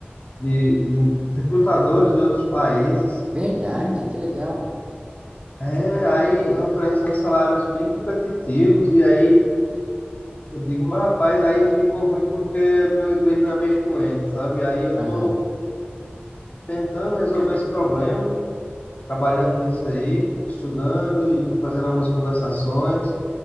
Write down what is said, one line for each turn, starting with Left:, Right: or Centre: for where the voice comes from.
Left: de, de recrutadores de outros países.
Right: Verdade, que legal.
Left: É, aí oferecendo salários bem competitivos, e aí eu digo, mas rapaz, aí ficou ruim porque meu inglês não é bem fluente, sabe? Aí eu
Right: Aham,
Left: tô tentando resolver esse problema, trabalhando nisso aí, estudando e fazendo algumas conversações